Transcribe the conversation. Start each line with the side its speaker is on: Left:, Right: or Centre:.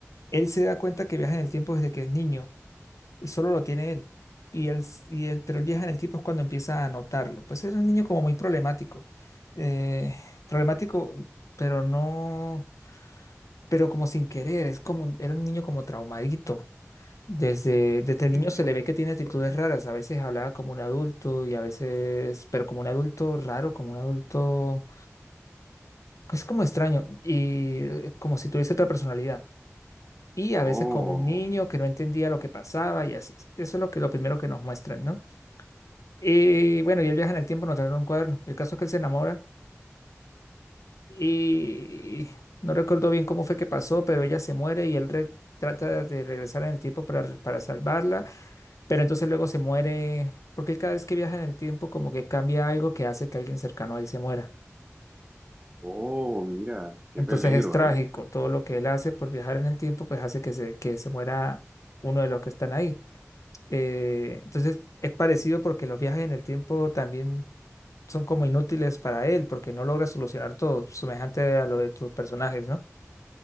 Left: Él se da cuenta que viaja en el tiempo desde que es niño y solo lo tiene él. Y él, s- y él- pero él viaja en el tiempo es cuando empieza a notarlo. Pues era un niño como muy problemático. eh, problemático, pero no, pero como sin querer, es como, un- era un niño como traumadito. Desde, desde
Right: Ujú.
Left: niño se le ve que tiene actitudes raras. A veces hablaba como un adulto y a veces, pero como un adulto raro, como un adulto, es como extraño y eh, como si tuviese otra personalidad. Y a
Right: Oh,
Left: veces como un niño que no entendía lo que pasaba y así. Eso es lo que, lo primero que nos muestran, ¿no? Y bueno, y él viaja en el tiempo, no trae un cuaderno. El caso es que él se enamora y no recuerdo bien cómo fue que pasó, pero ella se muere y él re- trata de regresar en el tiempo para, para salvarla, pero entonces luego se muere, porque él cada vez que viaja en el tiempo como que cambia algo que hace que alguien cercano a él se muera.
Right: oh, mira, qué
Left: Entonces
Right: peligro,
Left: es trágico,
Right: ¿eh?
Left: todo lo que él hace por viajar en el tiempo pues hace que se, que se muera uno de los que están ahí. Eh, entonces es parecido porque los viajes en el tiempo también son como inútiles para él porque no logra solucionar todo, semejante a lo de tus personajes, ¿no?